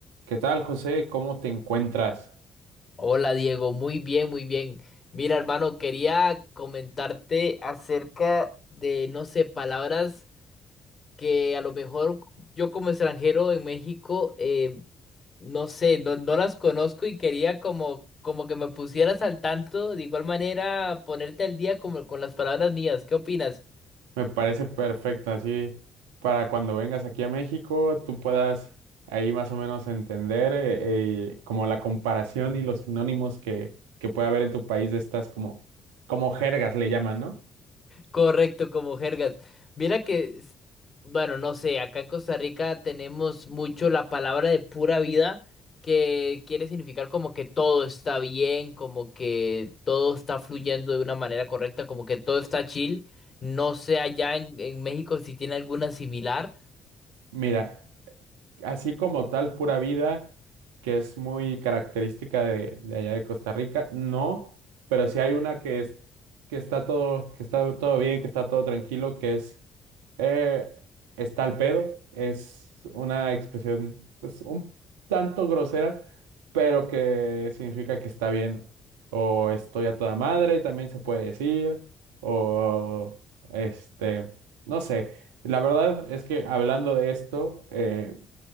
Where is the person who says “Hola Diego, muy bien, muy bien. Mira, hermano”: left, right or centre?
Left